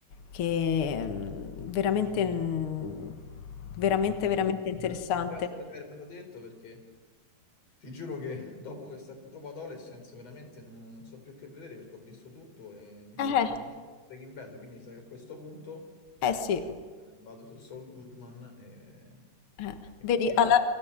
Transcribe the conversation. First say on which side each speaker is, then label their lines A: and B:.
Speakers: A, on the left; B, on the left.
A: che mh, veramente, mh, veramente, veramente
B: Eh,
A: interessante.
B: Grazie per avermelo detto, perché ti giuro che dopo questa, dopo Adolescence veramente non, non so più che vedere, perché ho visto tutto e mi stavo
A: Eh,
B: ricominciando Breaking Bad, quindi mi sa che a questo punto
A: eh sì,
B: eh, vado su Saul Goodman e,
A: eh.
B: e
A: Vedi,
B: così
A: alla,
B: ho